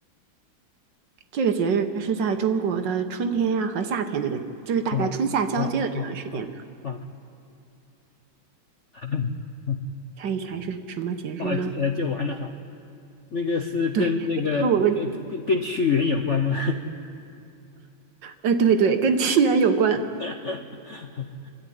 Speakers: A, on the right (about 60°); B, on the left (about 55°).
A: 这个节日是在中国的春天呀、和夏天那个，就是大概春夏交接的这段时间。
B: 啊哦哦哦哦哦，<laughs>
A: 猜一猜是什么节日呢？
B: 哦，就呃就完了哈。那个是跟那个跟跟跟屈原有关吗？
A: 对，你问我问题，呃，对对，跟屈原有关，
B: <laughs>